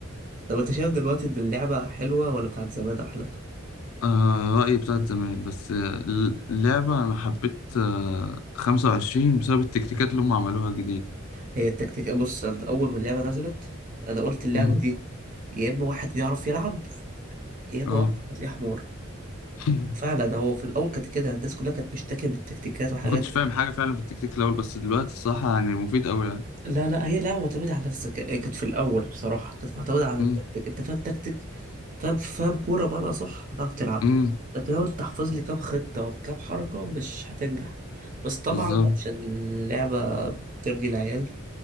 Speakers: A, on the right; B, on the left.
A: طب أنت شايف دلوقتي إن اللعبة حلوة ولا بتاعت زمان أحلى؟
B: آه رأيي بتاعت زمان بس آه، اللعبة أنا حبيت آه 25 بسبب التكتيكات اللي هم عملوها جديد
A: هي التكتيك بص أنا أول ما اللعبة نزلت أنا قلت اللعبة
B: مم.
A: دي يا إما واحد بيعرف يلعب يا إما
B: اه
A: واحد هتلاقيه حمار
B: <laughs>
A: فعلا هو في الأول كانت كده الناس كلها كانت بتشتكي من التكتيكات والحاجات
B: ما كنتش
A: دي
B: فاهم حاجة فعلا في التكتيك الأول بس دلوقتي الصراحة يعني مفيد أوي يعني
A: لا لا هي لعبة معتمدة على الذكاء كانت في الأول بصراحة كانت معتمدة على
B: مم.
A: التكتيك أنت فاهم تكتيك فاهم فاهم كورة بمعنى صح هتعرف تلعب
B: مم.
A: لكن لو أنت حافظ لي كام خطة وكام حركة مش هتنجح بس طبعا
B: بالظبط
A: عشان اللعبة بترضي العيال